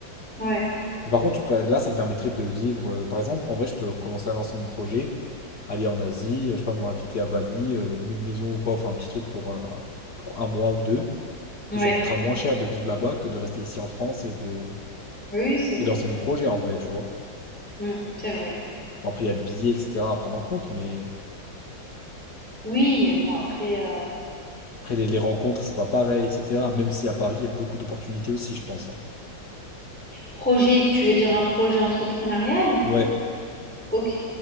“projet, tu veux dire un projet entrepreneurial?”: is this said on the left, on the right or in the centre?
Centre